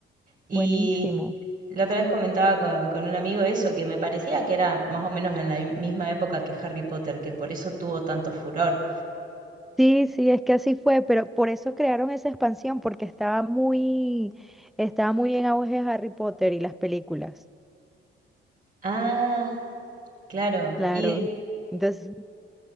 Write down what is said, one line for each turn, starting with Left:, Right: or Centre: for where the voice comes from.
Right: Y
Centre: Buenísimo.
Right: la otra vez comentaba con, con un amigo eso, que me parecía que era más o menos en la mi- misma época que Harry Potter, que por eso tuvo tanto furor.
Centre: Sí, sí, es que así fue, pero por eso crearon esa expansión, porque estaba muy, estaba muy en auge Harry Potter y las películas.
Right: Ah, claro.
Centre: Claro.
Right: Y
Centre: Entonces,